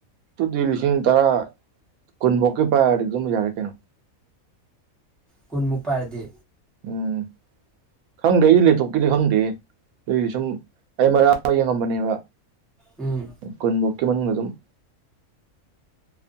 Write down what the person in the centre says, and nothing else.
ꯀꯨꯟꯃꯨꯛ ꯄꯥꯏꯔꯗꯤ
ꯎꯝ